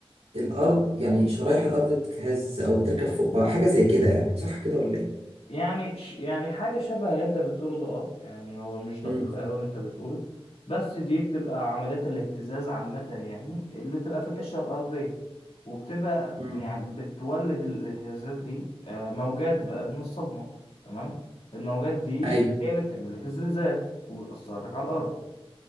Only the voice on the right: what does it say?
الارض يعني شرايح الارض بتتهز او بتركب فوق بعض حاجه زي كده يعني صح كده ولا ايه
امم
امم
ايوه